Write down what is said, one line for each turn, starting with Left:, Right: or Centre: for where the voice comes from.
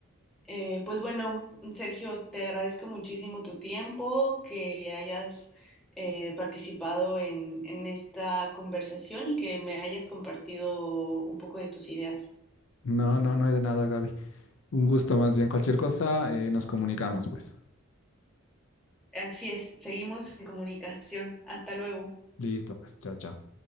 Centre: Eh, pues bueno, Sergio, te agradezco muchísimo tu tiempo, que hayas eh, participado en, en esta conversación y que me hayas compartido un poco de tus ideas.
Left: No, no, no hay de nada, Gaby. Un gusto más bien. Cualquier cosa, eh, nos comunicamos pues.
Centre: Así es, seguimos en comunicación. Hasta luego.
Left: Listo, pues, chao, chao.